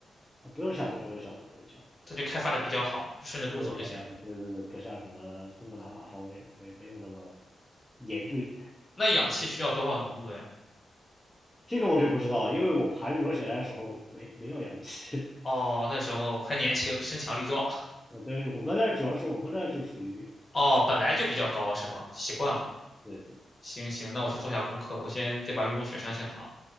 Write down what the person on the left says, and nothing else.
它就开发的比较好，就顺着路走就行。
那氧气需要多少浓度的呀？
哦，那时候还年轻，身强力壮。
哦，本来就比较高是吧？习惯了。
行行，那我去做下功课，我先得把玉龙雪山先爬了。